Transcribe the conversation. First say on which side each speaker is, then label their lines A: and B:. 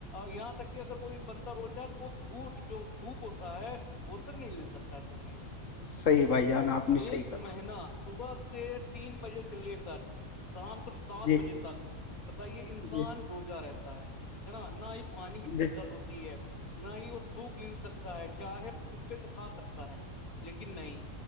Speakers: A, on the left; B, on the left.
A: یہاں تک کہ اگر کوئی بندر ہوتا ہے تو وہ دوٹ جو تھوک ہوتا ہے وہ تک نہیں لل سکتا ہے سوچے
B: صحیح ہے بھائی جان آپ نے
A: ایک
B: صحیح کہا
A: مہینہ س <unintelligible> صبح سے تین بجے سے لے کر <unintelligible> شام کو سات
B: جی
A: بجے تک بتائیے انسان
B: جی
A: روزہ رہتا ہے ہے نا نہ ہی پانی کی شت
B: جی
A: ہوتی ہے <unintelligible> نہ ہی وہ تھوک ل سکتا ہے چاہے تو چھپے سے کھا سکتا ہے <unintelligible> لیکن نہیں